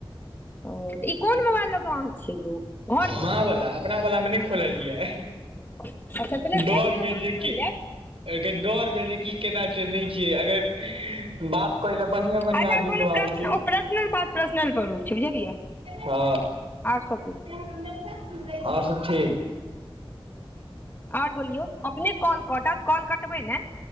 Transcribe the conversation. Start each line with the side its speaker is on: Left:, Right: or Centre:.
Left: ओ तऽ ई कोन मोबाइल लऽ कऽ अहाँ छियै यौ घर
Right: माँ वला अपना वला मे नहि खोललियै
Left: अच्छा पहिले देख
Right: डर
Left: लियौ
Right: भेल
Left: तहन
Right: जेकि
Left: खोलि लेब
Right: एके डोर भेल जे की केना छै नहि छियै अगर बात करै ले बढ़ियाँ बढ़ियाँ
Left: अच्छा
Right: आदमी
Left: कोनो
Right: सब आबै
Left: प्रश्न
Right: छै
Left: ओ पर्सनल बात पर्सनल पर हो छै बुझलियै
Right: हँ
Left: आर सब कहियौ
Right: आओर सभ ठीक
Left: आओर बोलियौ अपने कॉल कटत कॉल कटबै ने